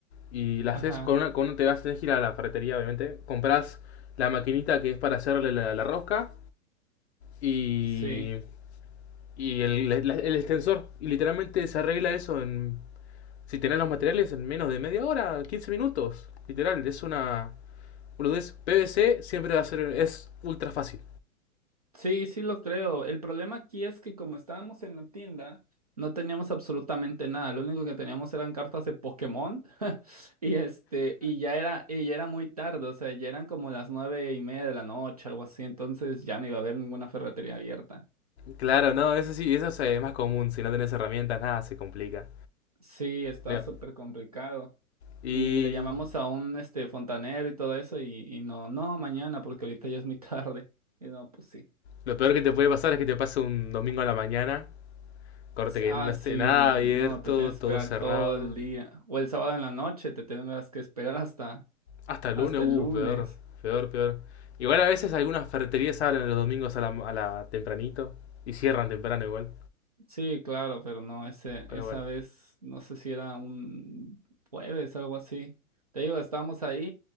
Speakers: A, on the left (about 50°); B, on the right (about 30°).
A: y la
B: Ajá,
A: haces con una con un- te vas tenés que ir a la ferretería, obviamente, comprás la maquinita que es para hacerle la, la rosca y
B: sí.
A: y el, la- el extensor y literalmente se arregla eso en si tenés los materiales en menos de media hora, 15 minutos, literal, es una boludez. PVC siempre va a ser es ultra fácil.
B: Sí, sí lo creo. El problema aquí es que como estábamos en la tienda, no teníamos absolutamente nada. Lo único que teníamos eran cartas de Pokémon. <laughs> Y este, y ya era, y ya era muy tarde, o sea, ya eran como las nueve y media de la noche, algo así. Entonces ya no iba a haber ninguna ferretería abierta.
A: Claro, no, eso sí, eso es más común. Si no tenés herramientas, nada se complica.
B: Sí, está
A: No,
B: súper complicado.
A: Y
B: Y le llamamos a un este fontanero y todo eso, y, y no, no, mañana, porque ahorita ya es muy <laughs> tarde. Y no, pues sí.
A: lo peor que te puede pasar es que te pase un domingo a la mañana, corte
B: Sí,
A: que
B: Ah,
A: no esté
B: sí,
A: nada
B: no,
A: abierto,
B: te tienes que
A: todo
B: esperar
A: cerrado.
B: todo el día. O el sábado en la noche, te tendrás que esperar hasta,
A: Hasta el
B: hasta
A: lunes, uh,
B: el lunes.
A: peor, peor, peor. Igual a veces algunas ferreterías abren los domingos a la, a la tempranito y cierran temprano igual.
B: Sí, claro, pero no, ese,
A: Pero
B: esa
A: bueno,
B: vez, no sé si era un jueves, algo así. Te digo, estábamos ahí